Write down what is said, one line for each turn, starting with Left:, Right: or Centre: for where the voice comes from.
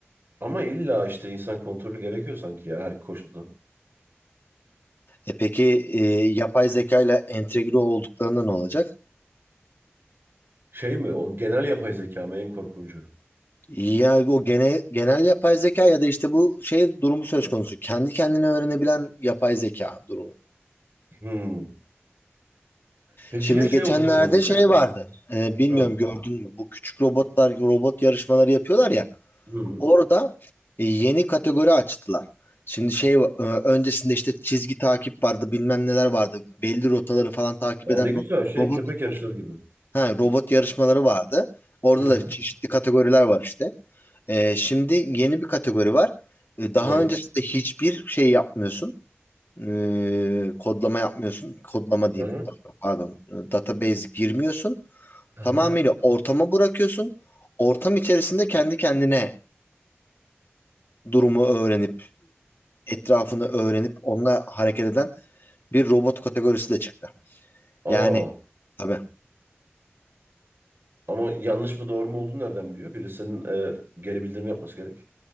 Right: Ama illa işte insan kontrolü gerekiyor sanki ya her koşulda.
Left: E peki e, yapay zeka ile entegre olduklarında ne olacak?
Right: Şey mi o genel yapay zeka mı en korkuncu?
Left: Ya o gene, genel yapay zeka ya da işte bu şey durumu söz konusu. Kendi kendine öğrenebilen yapay zeka durumu.
Right: Hmm. Peki
Left: Şimdi
Right: ya şey
Left: geçenlerde
Right: olursa ne olacak
Left: şey
Right: asıl?
Left: vardı. Ee, bilmiyorum
Right: Ha.
Left: gördün mü? Bu küçük robotlar robot yarışmaları yapıyorlar ya.
Right: Hmm.
Left: Orada e, yeni kategori açtılar. Şimdi şey e, öncesinde işte çizgi takip vardı, bilmem neler vardı. Belli rotaları falan takip
Right: Aa,
Left: eden
Right: ne
Left: ro-
Right: güzel şey
Left: robot
Right: köpek yarışları gibi.
Left: ha robot yarışmaları vardı. Orada
Right: Hı
Left: da
Right: hı.
Left: çeşitli kategoriler var işte. Ee, şimdi yeni bir kategori var. Ee, daha
Right: Ne?
Left: öncesinde hiçbir şey yapmıyorsun. Ee, kodlama yapmıyorsun. Kodlama diyeyim.
Right: Hı hı.
Left: Pardon. Ee, Database girmiyorsun.
Right: Hı
Left: Tamamıyla
Right: hı.
Left: ortama bırakıyorsun. Ortam içerisinde kendi kendine durumu öğrenip, etrafını öğrenip onunla hareket eden bir robot kategorisi de çıktı. Yani
Right: Aa.
Left: tabii.
Right: Ama yanlış mı doğru mu olduğunu nereden biliyor? Birisinin e, geri bildirim yapması gerek.